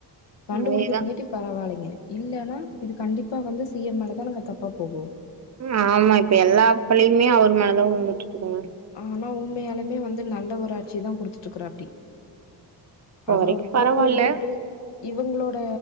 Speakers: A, on the left; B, on the right.
A: கண்டுபுடிக்கிறங்கேட்டி
B: அதேதான்.
A: பரவாயில்லங்க. இல்லன்னா இது கண்டிப்பா வந்து சிஎம் மேலதான்னுங்க தப்பு. அப்பகோ.
B: ம்‌ ஆமா இப்ப எல்லா பலியுமே அவர் மேலதா உழுந்துட்டு இரு. ஆஹ.
A: ஆனா உண்மையாலுமே வந்து நல்ல ஒரு ஆட்சிதா குடுத்துட்டு இருக்குறாப்டி.
B: இப்ப
A: அவரோட
B: வரைக்கு
A: போக்குல
B: பரவால்ல
A: வுட்டுட்டு. இவுங்களோட